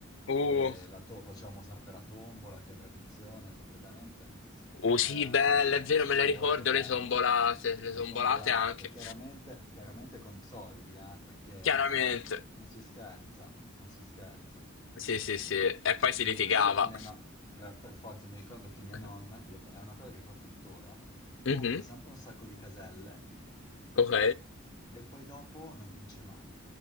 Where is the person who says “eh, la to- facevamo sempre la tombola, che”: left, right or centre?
Left